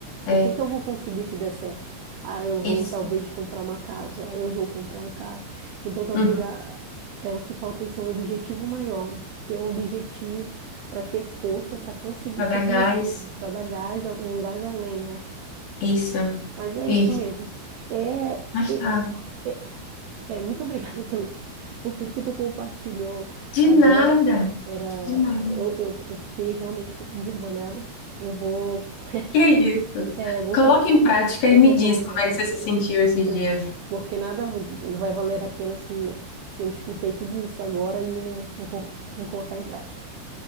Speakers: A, on the left; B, on the right.
A: É.
B: o que que eu vou conseguir se der certo? Ah, eu
A: Isso.
B: vou talvez comprar uma casa, eu vou comprar um carro. Então, talvez
A: Uhum.
B: a, é o que falta isso é um objetivo maior, né? Ter um objetivo para ter força para conseguir
A: Vai
B: esse
A: dar
B: objetivo,
A: gás.
B: para dar gás, a- um gás além, né?
A: Isso.
B: Mas é isso
A: Isso.
B: mesmo. É, é,
A: Mas tá.
B: é, é, muito obrigada <laughs> pelo, por tudo que tu compartilhou
A: De
B: agora.
A: nada.
B: Era,
A: De nada.
B: eu, eu, eu fiquei realmente co- envergonhada. Eu vou, <laughs>
A: Que isso?
B: é, eu vou
A: coloca
B: ficar,
A: em prática e
B: eu
A: me
B: vou
A: diz
B: colocar
A: como
B: em
A: é
B: prática,
A: que você se sentiu esses
B: né?
A: dias.
B: Porque nada vai valer a pena se, se eu escutei tudo isso agora e não, não, co- não colocar em prática.